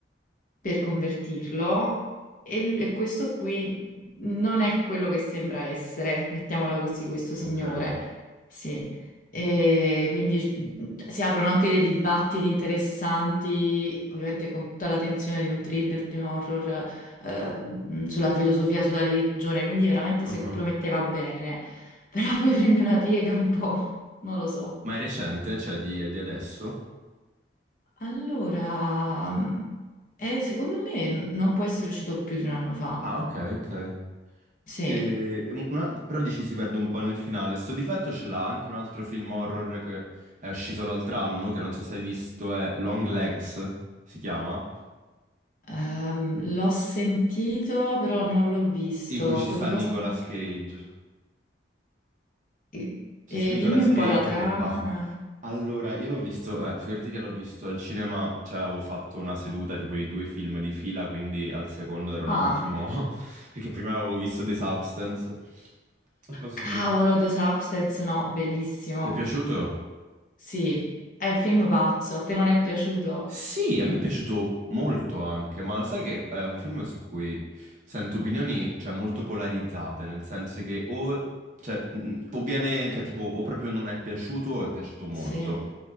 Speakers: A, on the left; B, on the right.
A: per convertirlo e, l- e questo qui non è quello che sembra essere, mettiamola così, questo signore.
B: Ok.
A: Sì. E quindi mh, si aprono anche dei dibattiti interessanti, ovviamente con tutta la tensione di un thriller, di un horror, eh, mh, sulla filosofia, sulla religione, quindi veramente
B: Mhm.
A: se prometteva bene, però poi prende una piega un po', non lo so.
B: Ma è recente? Cioè di, è di adesso?
A: Allora, mhmm, eh, secondo me n- non può essere uscito più di un anno fa.
B: Ah, ok, ok.
A: Sì,
B: E- un- una- però dici si perde un po' nel finale. Sto difetto ce l'ha anche un altro film horror che è uscito l'altro anno, che non so se hai visto, è Long Legs, si chiama,
A: ehm, l'ho sentito, però non l'ho visto.
B: in cui ci
A: Co-
B: sta
A: Di
B: Nicolas
A: cosa parla?
B: Cage.
A: E,
B: Ci sta
A: e
B: Nicolas
A: dimmi un
B: Cage
A: po' la trama.
B: che fa.
A: eh.
B: Allora, io l'ho visto, eh, figurati che l'ho visto al cinema, cioè avevo fatto una seduta tipo di due film di fila, quindi al secondo era un
A: Ah,
B: attimo, <laughs> perché prima avevo visto The Substance. E poi si
A: cavolo,
B: vede.
A: The Substance, no, bellissimo.
B: Ti è piaciuto?
A: Sì, è un film pazzo. A te non è piaciuto?
B: Sì, a me è piaciuto molto anche, ma sai che è un film su cui sento opinioni, cioè, molto polarizzate, nel senso che o, cioè, mh, o viene, cioè, tipo, o proprio non è piaciuto o è piaciuto molto.
A: Sì,